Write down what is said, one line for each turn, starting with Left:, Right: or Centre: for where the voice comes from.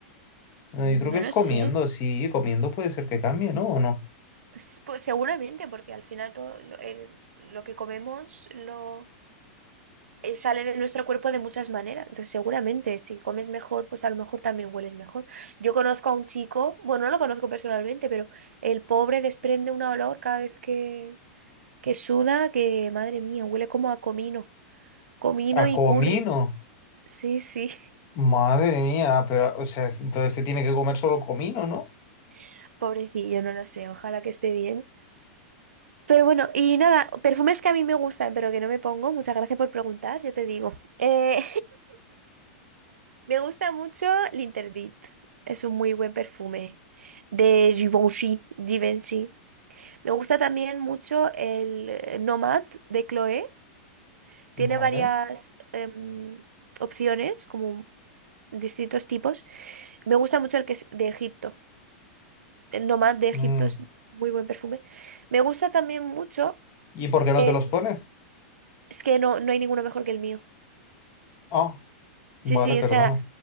Left: Eh,
Right: No
Left: Yo creo que es
Right: lo
Left: comiendo,
Right: sé.
Left: sí, comiendo puede ser que cambie, ¿no? ¿O no?
Right: S- Pues seguramente, porque al final todo lo, el- lo que comemos lo eh, sale de nuestro cuerpo de muchas maneras. Entonces, seguramente, si comes mejor, pues a lo mejor también hueles mejor. Yo conozco a un chico, bueno, no lo conozco personalmente, pero el pobre desprende un olor cada vez que, que suda, que madre mía, huele como a comino, comino
Left: A
Right: y
Left: comino.
Right: curry. Sí, sí,
Left: Madre mía, pero, o sea, es- entonces se tiene que comer solo comino, ¿no?
Right: <laughs> pobrecillo, no lo sé, ojalá que esté bien. Pero bueno, y nada, perfumes que a mí me gustan, pero que no me pongo. Muchas gracias por preguntar, yo te digo. Eh, Me gusta mucho L'Interdit. Es un muy buen perfume de Givenchy, Givenchy. Me gusta también mucho el eh, Nomad de Chloé. Tiene
Left: Vale.
Right: varias em, opciones, como distintos tipos. Me gusta mucho el que es de Egipto. El Nomad de Egipto
Left: Mm.
Right: es muy buen perfume. Me gusta también mucho.
Left: ¿Y por qué
Right: eh,
Left: no te los pones?
Right: es que no, no hay ninguno mejor que el mío.
Left: Ah,
Right: Sí,
Left: vale,
Right: sí,
Left: perdona.
Right: o sea,